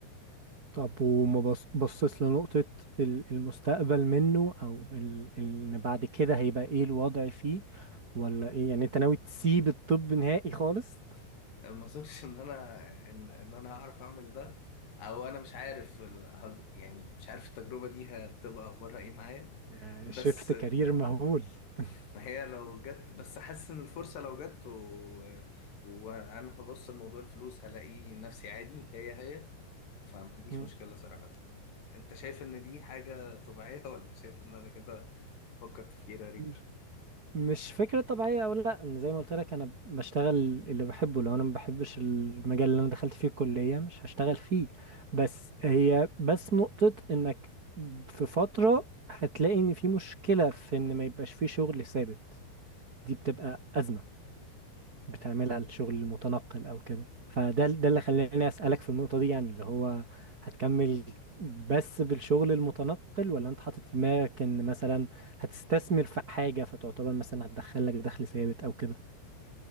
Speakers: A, on the right (about 80°); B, on the left (about 65°).
A: طب وما بص- بصيت لنقطة ال- المستقبل منه أو ال- ال- إن بعد كده هيبقى إيه الوضع فيه ولا إيه يعني أنت ناوي تسيب الطب نهائي خالص؟
B: ما اظنش ان انا ان, إن انا هعرف اعمل ده او انا مش عارف ال- ه- يعني مش عارف التجربة دي هتبقى اخبارها ايه معايا
A: <laughs>
B: بس
A: شيفت
B: ال...
A: كارير مهول <laughs>
B: ما هي لو جت بس حاسس ان الفرصة لو جت و... وانا هبص لموضوع الفلوس هلاقي نفسي عادي هي هي فما عنديش
A: مم.
B: مشكلة صراحة انت شايف ان دي حاجة طبيعية ولا شايف ان انا كده بفكر تفكير غريب
A: مش مش فكرة طبيعية أو لأ أنا زي ما قلت لك أنا بشتغل اللي بحبه لو أنا ما بحبش المجال اللي أنا دخلت فيه الكلية مش هشتغل فيه بس هي بس نقطة إنك في فترة هتلاقي إن في مشكلة في إن ما يبقاش فيه شغل ثابت دي بتبقى أزمة بتعملها لشغل المتنقل أو كده فده ده اللي خلاني أسألك في النقطة دي يعني اللي هو هتكمل بس بالشغل المتنقل ولا أنت حاطط في دماغك إن مثلا هتستثمر في حاجة فتعتبر مثلا هتدخل لك دخل ثابت أو كده